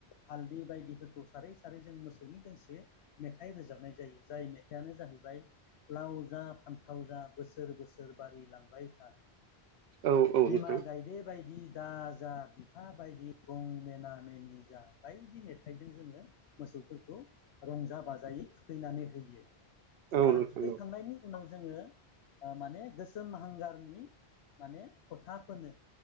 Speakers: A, on the left; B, on the right.
A: हालदै बायदिफोरखौ सारै सारै जों मोसौनि दोंसे मेथाइ रोजाबनाय जायो जाय मेथाइआनो जाहैबाय लाव जा फान्थाव जा बोसोर बोसोर बारि लांबाय था
B: औ औ
A: बिमा
B: नोंथां।
A: गायदे बायदि दाजा बिफा बायदि गं मेना मेनि जा बायदि मेथाइजों जोङो मोसौफोरखौ रंजा बाजायै थुखैनानै होयो
B: औ
A: आरो
B: नोंथां
A: थुखैखांनायनि
B: औ
A: उनाव जोङो ओ माने गोसोम हांगारनि माने फोथा फोनो